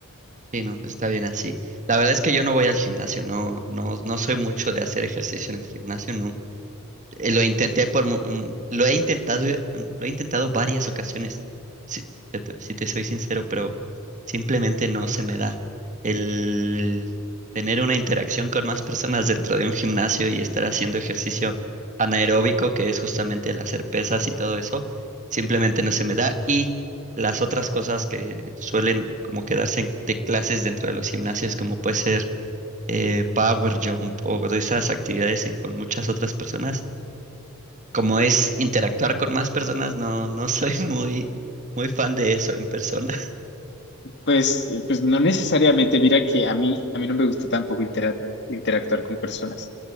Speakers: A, on the right (about 35°); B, on the left (about 50°).
A: Sí, no, pues está bien así. La verdad es que yo no voy al gimnasio, no, no, no soy mucho de hacer ejercicio en el gimnasio, no, Eh, Lo intenté por, mu- mm, lo he intentado, mm, lo he intentado varias ocasiones, si, si te si te soy sincero, pero simplemente no se me da el tener una interacción con más personas dentro de un gimnasio y estar haciendo ejercicio anaeróbico, que es justamente el hacer pesas y todo eso, simplemente no se me da. Y las otras cosas que suelen como quedarse en- de clases dentro de los gimnasios, como puede ser eh, power jump o de esas actividades eh, con muchas otras personas como es interactuar con más personas, no, no soy muy, muy fan de eso en persona.
B: Pues, eh, pues no necesariamente, mira que a mí, a mí no me gusta tampoco intera- interactuar con personas.